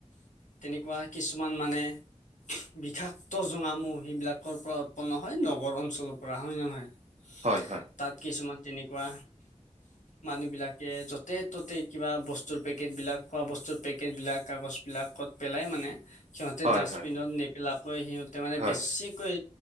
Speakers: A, on the left (about 75°); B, on the right (about 60°).
A: তেনেকুৱা কিছুমান মানে বিষাক্ত জোঙামুহ সেইবিলাকৰ পৰা উৎপন্ন হয় নগৰ অঞ্চলৰ পৰা হয় ন নহয়। <inaudible>
B: হয়, হয়।
A: তাত কিছুমান তেনেকুৱা মানুহ বিলাকে য'তে ত'তে কিবা বস্তুৰ পেকেট বিলাক খোৱা বস্তুৰ পেকেট বিলাক কাগজ বিলাকত পেলাই মানে সিহঁতে
B: হয়,
A: ডাষ্টবিনত
B: হয়,
A: নেপেলাকৈ সিহঁতে মানে
B: হয়,
A: বেছি কৈ